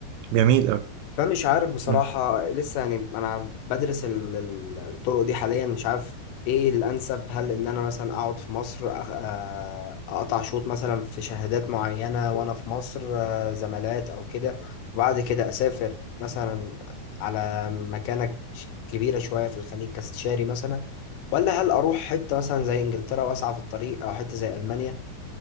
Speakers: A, on the right; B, on the left.
A: جميل أوي
B: فمش عارف بصراحة
A: مم.
B: لسه يعني أنا بدرس ال- ال- الطرق دي حاليا مش عارف إيه الأنسب هل إن أنا مثلا أقعد في مصر أخ- آه، أقطع شوط مثلا في شهادات معينة وأنا في مصر آه، زمالات أو كده وبعد كده أسافر مثلا على مكانة ش- كبيرة شوية في الخليج كاستشاري مثلا ولا هل أروح حتة مثلا زي إنجلترا وأسعى في الطريق أو حتة زي ألمانيا